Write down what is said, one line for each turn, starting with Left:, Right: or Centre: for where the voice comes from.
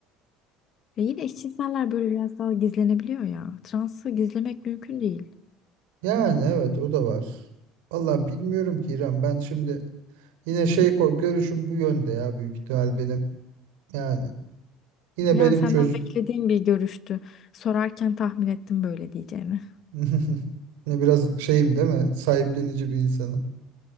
Left: Ve yine eşcinseller böyle biraz daha gizlenebiliyor ya. Transı gizlemek mümkün değil.
Right: yani evet o da var. Valla bilmiyorum ki İrem ben şimdi yine şey ko- görüşüm bu yönde ya büyük ihtimal benim. Yani yine
Left: Yani
Right: benim
Left: senden
Right: çöz
Left: beklediğim bir görüştü. Sorarken tahmin ettim böyle diyeceğini.
Right: <laughs> Ne biraz şeyim değil mi? Sahiplenici bir insanım.